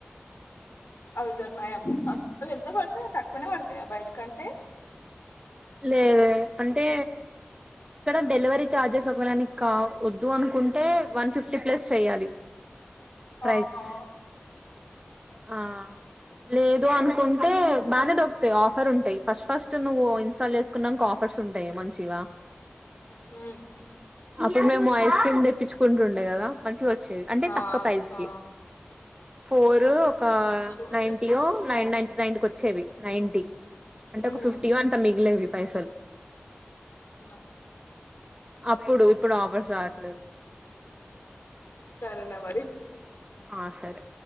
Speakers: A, on the left (about 70°); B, on the right (about 25°).
A: అవి జరున్నాయి అవి ఎంత పడుతాయి తక్కువనే పడతాయా బయటికి అంటే
B: లేదే అంటే ఇక్కడ డెలివరీ ఛార్జెస్ ఒకళని కా వద్దు అనుకుంటే వన్ ఫిఫ్టీ ప్లస్ చెయ్యాలి ప్రైస్
A: ఆహా
B: ఆ లేదు అనుకుంటే బానే దొక్కుతాయి ఆఫర్ ఉంటాయి ఫస్ట్ ఫస్ట్ నువ్వు ఇన్స్టాల్ చేసుకునక ఆఫర్స్ ఉంటాయి మంచిగా
A: ఉమ్
B: అప్పుడు మేం ము ఐస్ క్రీమ్ తెప్పించుకుంటుండేది కదా మంచిగా వచ్చేవి అంటే
A: ఆ
B: తక్కు ప్రైజ్
A: ఆ
B: కి ఫోర్ ఒక
A: మంచిగుండే
B: నైన్టి ఓ నైన్ నైన్టీ నైన్కి వచ్చేవి నైన్టీ అంటే
A: ఉమ్
B: ఒక ఫిఫ్టీ ఓ ఎంతో మిగిలేవి పైసలు
A: ఇ
B: అప్పుడు ఇప్పుడు ఆఫర్స్ రావట్లేదు
A: సరేనా మరి
B: ఆ సరే